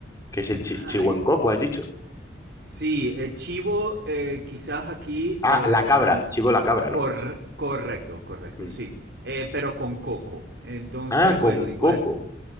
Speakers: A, on the left; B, on the right.
A: ¿Qué es el chi
B: Ah,
A: chihuencoco,
B: eh,
A: has dicho?
B: sí, eh, chivo, eh, quizás aquí,
A: Ah,
B: eh,
A: la cabra,
B: l-
A: chivo la cabra,
B: cor-
A: ¿no?
B: correcto, correcto,
A: Mm.
B: sí, Eh, pero con coco. Entonces,
A: Ah, con
B: bueno, igual,
A: coco.